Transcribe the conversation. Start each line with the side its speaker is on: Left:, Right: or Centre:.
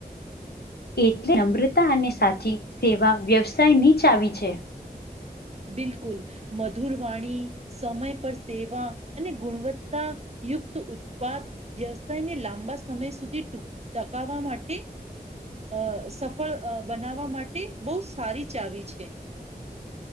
Left: એટલે નમ્રતા અને સાચી સેવા વ્યવસાય ની ચાવી છે.
Right: બિલકુલ મધુરવાણી સમય પર સેવા અને ગુણવત્તા યુક્ત ઉત્પાદ વ્યવસાયને લાંબા સમય સુધી ટુક ટકાવવા માટે. અ સફળ અ બનાવવા માટે બહુ સારી ચાવી છે.